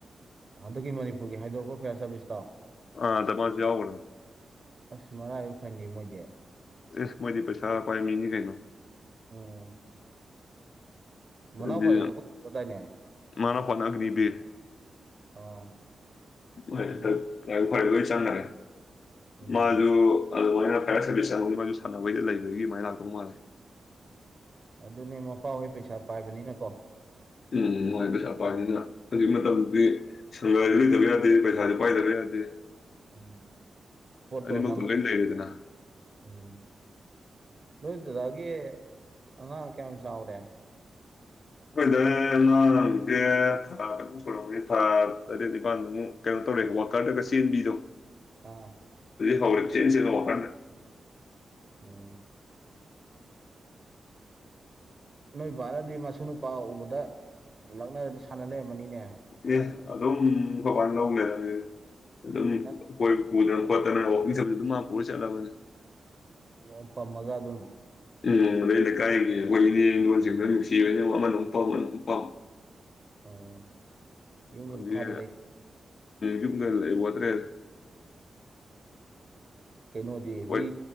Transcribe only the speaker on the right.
ꯍꯟꯗꯛꯀꯤ ꯃꯅꯤꯄꯨꯔꯒꯤ ꯍꯥꯏꯗꯣꯔꯛꯄ ꯐꯤꯌꯥꯔ ꯁꯥꯔꯚꯤꯁꯁꯇꯣ
ꯑꯁ ꯃꯔꯥꯏꯕꯛ ꯐꯩꯅ‌ꯦ ꯃꯣꯏꯗꯤ
ꯑꯣ ꯃꯅꯥꯎꯄꯥꯁꯨ
ꯊꯣꯛꯄꯗꯥꯏꯅꯦ
ꯑꯥ
ꯑꯗꯨ
ꯎꯝ
ꯑꯗꯨꯅꯦ ꯃꯄꯥꯍꯣꯏ ꯄꯩꯁꯥ ꯄꯥꯏꯕꯅꯤꯅ ꯀꯣ
ꯎꯝ ꯐꯣꯇꯣꯅꯃꯛ
ꯎꯝ ꯅꯣꯏꯗꯨꯗꯒꯤ ꯑꯉꯥꯡ ꯀꯌꯥꯝ ꯆꯥꯎꯔꯦ <inaudible>
ꯑꯥ
ꯎꯝ ꯅꯣꯏꯄꯥꯅꯗꯤ ꯃꯁꯨ ꯅꯨꯄꯥ ꯎꯕꯗ ꯂꯛꯅꯔꯗ ꯁꯥꯟꯅ ꯂꯩꯔꯝꯕꯅꯤꯅꯦ
ꯅꯪ
ꯑꯣ ꯄꯝꯃꯒ ꯑꯗꯨꯝ
ꯎꯝ ꯌꯨꯝꯒꯤ
ꯃꯈꯥꯗ ꯂꯩ
ꯀꯩꯅꯣꯗꯤ
ꯍꯨꯏ